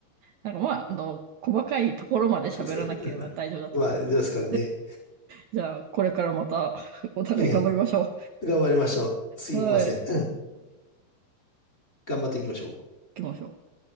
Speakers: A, on the right (about 80°); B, on the left (about 15°).
A: なんかまあ、あの、細かいところまで喋らなければ大丈夫だと思います。
B: <laughs> まあ、どうですかね。
A: じゃあ、これからまた <laughs> お互い頑張りましょ
B: ええ。頑張りましょう。すいません。
A: う。はい、行
B: うん。頑張っていきましょう。
A: きましょう。